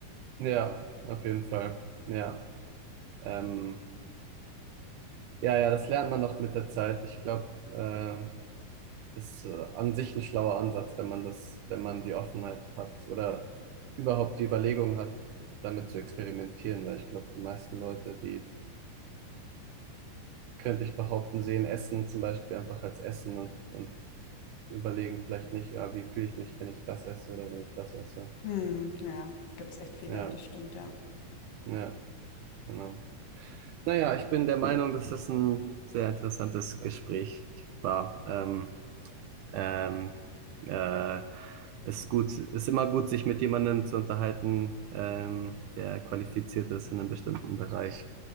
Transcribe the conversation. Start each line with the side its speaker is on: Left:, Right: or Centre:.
Right: Ja, auf jeden Fall. Ja. Ähm, ja, ja, das lernt man noch mit der Zeit. Ich glaube, ähm, das ist äh, an sich ein schlauer Ansatz, wenn man das, wenn man die Offenheit hat oder überhaupt die Überlegung hat, damit zu experimentieren, weil ich glaube, die meisten Leute, die könnte ich behaupten, sehen Essen zum Beispiel einfach als Essen und, und überlegen vielleicht nicht, ah, wie fühle ich mich, wenn ich das esse oder wenn ich das esse.
Left: Mhm, ja, gibt's echt viele,
Right: Ja,
Left: das stimmt, ja.
Right: ja, genau. Naja, ich bin der Meinung, dass das ein sehr interessantes Gespräch war. Ähm, ähm, äh, ist gut, ist immer gut, sich mit jemandem zu unterhalten, ähm, der qualifiziert ist in einem bestimmten Bereich.